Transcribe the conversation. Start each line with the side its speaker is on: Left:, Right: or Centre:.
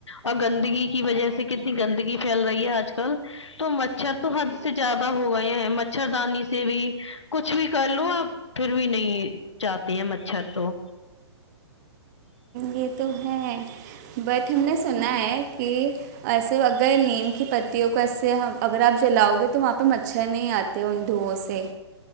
Left: اور گندگی کی وجہ سے کتنی گندگی فیل رہی ہے آج کل تو مچھر تو حد سے زیادہ ہو گئے ہیں مچھردانی سے بھی کچھ بھی کر لو آپ پھر بھی نہیں چاہتے ہیں مچھر تو
Right: یہ تو ہے بٹ ہم نے سنا ہے کہ ایسے اگر نیم کی پتیوں کو ایسے ہم اگر آپ جلاؤ گے تو وہاں پہ مچھر نہیں آت تے ان دھوؤں سے